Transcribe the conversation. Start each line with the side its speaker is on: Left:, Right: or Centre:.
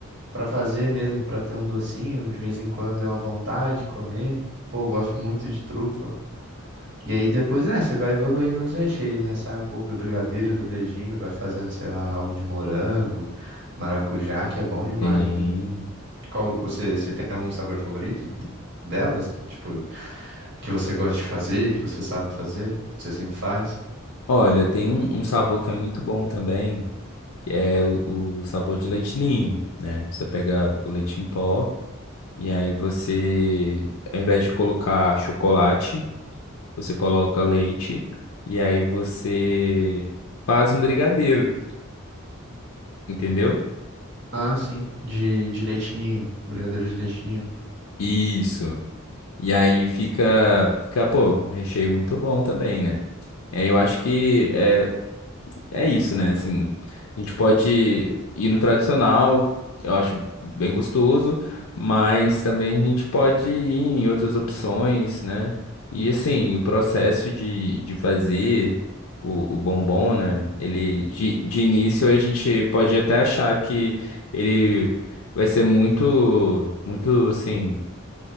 Right: pra fazer mesmo, pra ter um docinho, de vez em quando é uma vontade de comer. Pô, eu gosto muito de trufa. E aí depois, né, você vai evoluindo nos recheios, né? Sai um pouco do brigadeiro, do beijinho, vai fazendo, sei lá, algo de morango, maracujá, que é bom demais,
Left: Tem.
Right: né? Qual, você, você tem algum sabor favorito de- delas? Tipo, que você gosta de fazer, que você sabe fazer, que você sempre faz?
Left: Olha, tem um, um sabor que é muito bom também, que é o, o sabor de leite ninho, né? Você pega o leite em pó e aí você, ao invés de colocar chocolate, você coloca leite e aí você faz um brigadeiro, entendeu?
Right: Ah, sim, de, de leite ninho, brigadeiro de leite ninho.
Left: Isso. E aí fica, fica, pô, um recheio muito bom também, né? E aí eu acho que é, é isso, né? Assim, a gente pode ir no tradicional, eu acho bem gostoso, mas também a gente pode ir em outras opções, né? E assim, o processo de, de fazer o, o bombom, né? Ele, de, de início a gente pode até achar que ele vai ser muito, muito, assim